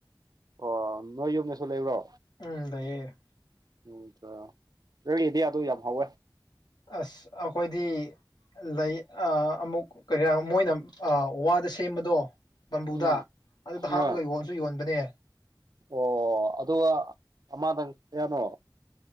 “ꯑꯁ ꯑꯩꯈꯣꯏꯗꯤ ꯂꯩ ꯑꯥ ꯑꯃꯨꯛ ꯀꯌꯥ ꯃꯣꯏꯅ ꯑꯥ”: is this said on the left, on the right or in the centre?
Left